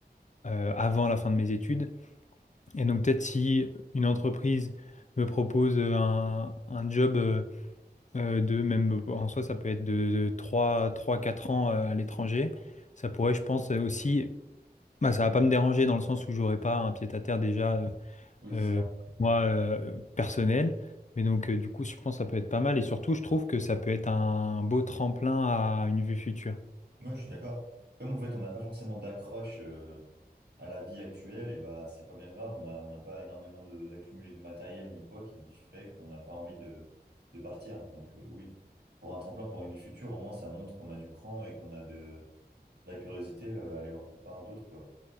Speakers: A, on the left (about 45°); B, on the right (about 75°).
A: euh, avant la fin de mes études. Et donc peut-être si une entreprise me propose un, un job. euh, Euh, de même en soi, ça peut être de trois 3 4 ans euh, à l'étranger. Ça pourrait, je pense, euh, aussi. Bah, ça va pas me déranger dans le sens où j'aurai pas un pied-à-terre déjà, euh,
B: Oui,
A: euh,
B: c'est ça.
A: moi, euh, personnel. Mais donc, euh, du coup, je pense que ça peut être pas mal. Et surtout, je trouve que ça peut être un beau tremplin à une vue future.
B: Moi, je suis d'accord. Comme en fait, on n'a pas forcément d'accroche euh, à la vie actuelle, et bah, c'est pas bien grave, on a, on n'a pas énormément de, d'accumuler de matériel ni quoi qui fait qu'on n'a pas envie de, de partir. Donc, euh, oui, pour un tremplin, pour une vie future, au moins, ça montre qu'on a du cran et qu'on a de, La curiosité, euh, aller voir quelque part d'autre, quoi.